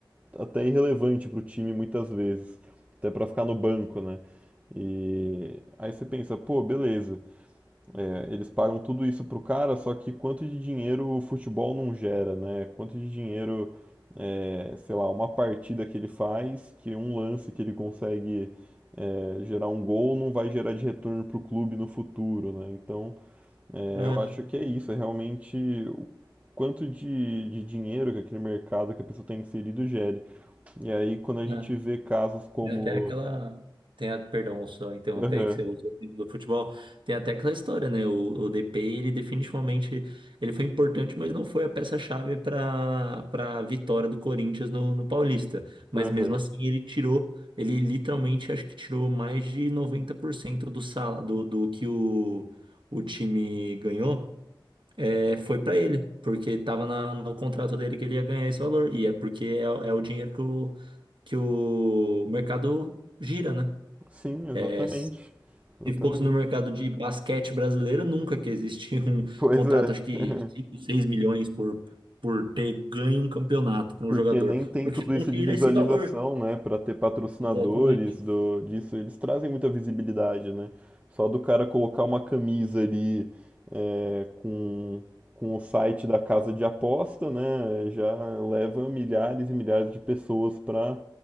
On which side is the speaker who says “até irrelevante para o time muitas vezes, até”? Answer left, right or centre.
Right